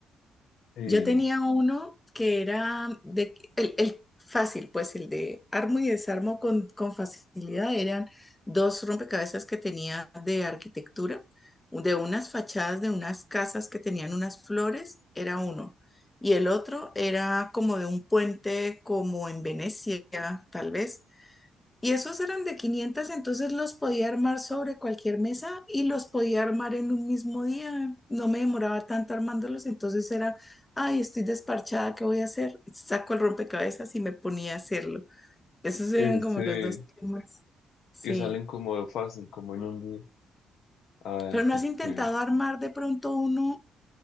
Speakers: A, on the left; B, on the left.
A: Y
B: Yo tenía uno que era de, el, el fácil, pues el de armo y desarmo con, con facilidad. Eran dos rompecabezas que tenía de arquitectura, de unas fachadas de unas casas que tenían unas flores, era uno. Y el otro era como de un puente como en Venecia, tal vez, y esos eran de 500, entonces los podía armar sobre cualquier mesa y los podía armar en un mismo día. No me demoraba tanto armándolos, entonces era, ay, estoy desparchada, ¿qué voy a hacer? Saco el rompecabezas y me ponía a hacerlo. Esos eran
A: ese
B: como los dos temas. Sí.
A: que salen como fácil, como en un día. Ay,
B: Pero no
A: qué
B: has intentado
A: chévere.
B: armar de pronto uno,